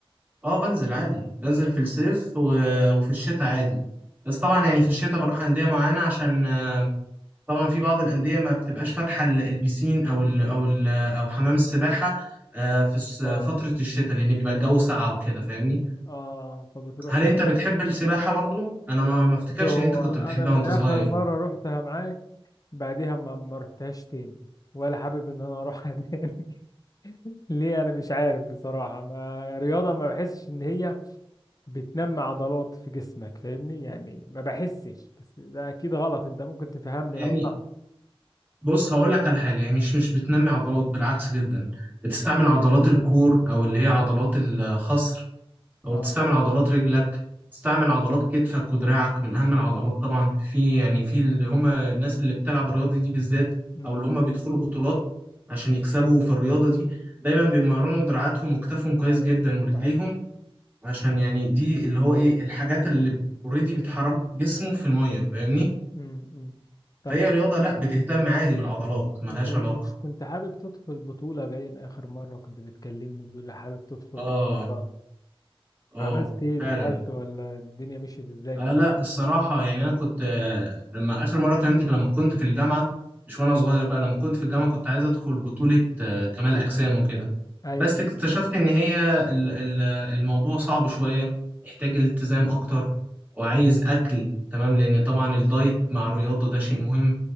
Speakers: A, on the right; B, on the left.
A: اه بنزل عادي بنزل في الصيف و- وفي الشتاء عادي بس طبعا يعني في الشتاء بروح انديه معينه عشان آه، طبعا في بعض الانديه ما بتبقاش فاتحه ال- البيسين او ال او ال او حمام السباحه آه، في الس- فتره
B: اه
A: الشتاء لان بيبقى الجو ساقع وكده فاهمني
B: اه اه فبتروح
A: هل
B: انت
A: انت بتحب السباحه برضو انا ما ما افتكرش
B: هو
A: ان انت كنت
B: انا
A: بتحبها
B: من
A: وانت
B: اخر
A: صغير
B: مره رحتها معاك بعديها ما ما رحتهاش تاني ولا حابب ان انا اروحها <laughs> تاني ليه انا مش عارف بصراحه ما رياضه ما بحسش ان هي بتنمي عضلات في جسمك فاهمني يعني ما بحسش بس ده اكيد غلط انت ممكن تفهمني
A: يعني
B: لو صح
A: بص هقول لك على حاجة هي مش مش بتنمي عضلات بالعكس جدا بتستعمل عضلات الكور أو اللي هي عضلات الخصر أو
B: اه
A: بتستعمل
B: تمام
A: عضلات رجلك بتستعمل عضلات كتفك ودراعك من أهم العضلات طبعا في يعني في اللي هم الناس اللي بتلعب الرياضة دي بالذات
B: امم
A: أو اللي هم بيدخلوا بطولات عشان يكسبوا في الرياضة دي دايما بيمرنوا دراعاتهم وكتافهم كويس
B: ايوه
A: جدا ورجليهم
B: صحيح
A: عشان يعني دي اللي هو إيه الحاجات اللي اوريدي بتحرك جسمه في المية فاهمني؟
B: امم أمم. طب
A: فهي
B: انت
A: رياضة لأ بتهتم عادي بالعضلات ملهاش
B: انت مش
A: علاقة
B: كنت حابب تدخل بطوله باين اخر مره كنت بتكلمني بتقول لي حابب تدخل
A: اه
B: بطوله
A: اه
B: عملت ايه
A: فعلا
B: دخلت ولا الدنيا مشيت ازاي
A: آه
B: معاك
A: لا الصراحة يعني أنا كنت آه لما آخر مرة كلمتك لما كنت في الجامعة مش وأنا
B: أمم.
A: صغير بقى لما كنت في الجامعة كنت عايز أدخل بطولة آه كمال أجسام وكده
B: ايوه
A: بس اكتشفت إن هي ال- ال- الموضوع صعب شوية يحتاج
B: أمم.
A: التزام أكتر وعايز أكل تمام لأن طبعا الدايت مع الرياضة ده شيء مهم